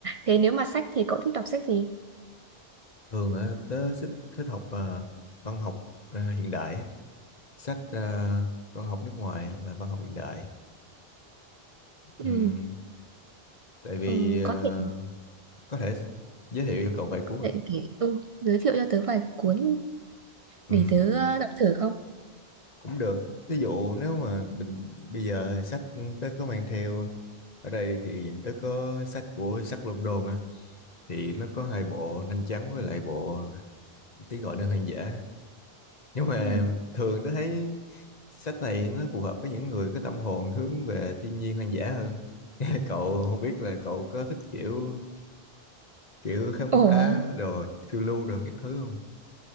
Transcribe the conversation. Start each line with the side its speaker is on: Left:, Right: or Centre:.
Right: thế nếu mà sách thì cậu thích đọc sách gì
Left: thường á tớ thích thích học à, văn học à, hiện đại á. sách ờ, văn học nước ngoài hoặc là văn học hiện đại
Right: ừ.
Left: Ừm, tại vì
Right: Ừ.
Left: ờ,
Right: có thể
Left: có thể sẽ giới thiệu cho cậu vài cuốn
Right: có thể
Left: à
Right: kể ừ. giới thiệu cho tớ vài cuốn
Left: Ừm,
Right: để tớ ờ, đọc thử không
Left: cũng được ví dụ nếu mà bình, bây giờ sách ừ, tớ có mang theo ở đây thì tớ có sách của Jack London á thì nó có hai bộ Nanh Trắng với lại bộ Tiếng gọi nơi hoang dã nhưng mà
Right: ừ.
Left: thường tớ thấy sách này nó phù hợp với những người có tâm hồn hướng về thiên nhiên hoang dã hơn <laughs> cậu không biết là cậu có thích kiểu kiểu khám
Right: Ủa
Left: phá đồ phiêu lưu đồ các thứ không